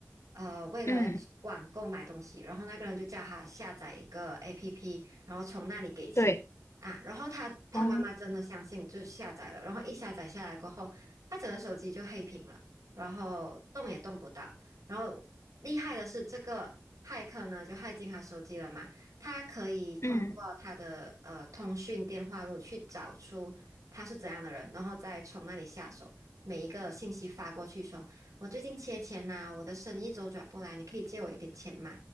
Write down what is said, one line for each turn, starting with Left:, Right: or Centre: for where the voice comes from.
Right: 呃，为了要网购买东西，
Left: 嗯，
Right: 然后那个人就叫他下载一个 APP，然后从那里给钱啊，
Left: 对，
Right: 然后他他妈妈真的相信，
Left: 哦，
Right: 就下载了，然后一下载下来过后，他整个手机就黑屏了，然后动也动不到，然后厉害的是这个骇客呢，就骇进他手机了嘛。他可以通过他的呃通讯电话录去找出他是怎样的人，
Left: 嗯，
Right: 然后再从那里下手。每一个信息发过去说，我最近缺钱呐、我的生意周转不来，你可以借我一点钱嘛？